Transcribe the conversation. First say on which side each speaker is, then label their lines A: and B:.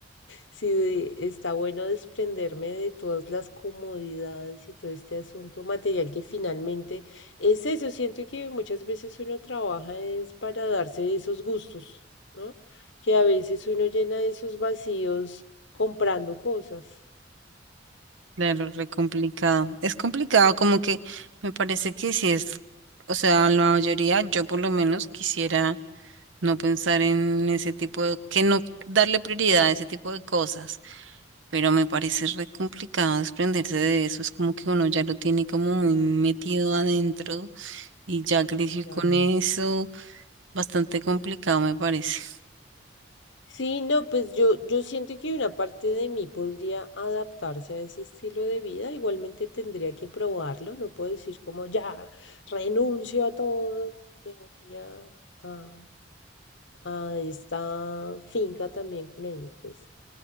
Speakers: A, on the left (about 70°); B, on the right (about 80°).
A: Sí, de- está bueno desprenderme de todas las comodidades y todo este asunto material que finalmente es eso. Siento que muchas veces uno trabaja es para darse esos gustos, ¿no? Que a veces uno llena esos vacíos comprando cosas.
B: Claro, re complicado. Es complicado, como que me parece que si es, o sea, la mayoría, yo por lo menos quisiera no pensar en ese tipo de, que no darle prioridad a ese tipo de cosas, pero me parece re complicado desprenderse de eso. Es como que uno ya lo tiene como muy metido adentro y ya creció
A: Claro.
B: con eso, bastante complicado me parece.
A: Sí, no, pues yo, yo siento que una parte de mí podría adaptarse a ese estilo de vida. Igualmente tendría que probarlo. No puedo decir como ya renuncio a todo y me voy a, a, a esta finca también con ellos. Pues